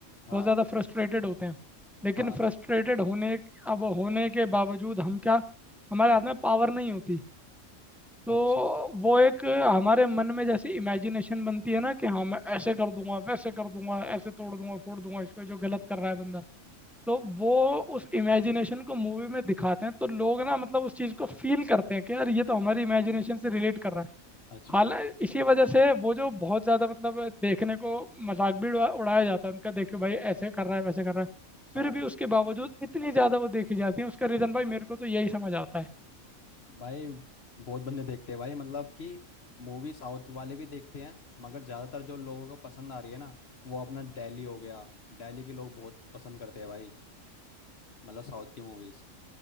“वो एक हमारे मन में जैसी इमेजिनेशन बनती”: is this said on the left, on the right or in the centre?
Centre